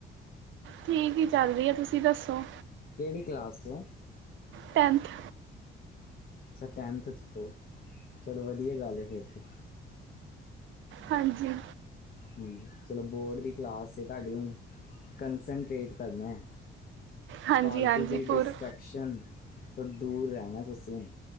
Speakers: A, on the right; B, on the left.
A: ਠੀਕ ਹੀ ਚੱਲ ਰਹੀ ਆ, ਤੁਸੀਂ ਦੱਸੋ?
B: ਕਿਹੜੀ ਕਲਾਸ ਚੋਂ?
A: ਟੈਂਥ।
B: ਅੱਛਾ, ਟੈਂਨਥ ਚ ਹੋ, ਚਲੋ ਵਧੀਆ ਗੱਲ ਹੈ ਫਿਰ ਤੇ।
A: ਹਾਂਜੀ।
B: ਹੂੰ, ਚਲੋ ਬੋਰਡ ਦੀ ਕਲਾਸ ਆ ਤੁਹਾਡੀ ਹੁਣ ਕੰਸਟਰੇਟ ਕਰਨਾ ਏ।
A: ਹਾਂਜੀ
B: ਫਾਲਤੂ
A: ਹਾਂਜੀ
B: ਦੀ ਡਿਸਟ੍ਰੈਕਸ਼ਨ
A: ਪੂਰ
B: ਤੋਂ ਦੂਰ ਰਹਿਣਾ ਤੁਸੀਂ ਹੁਣ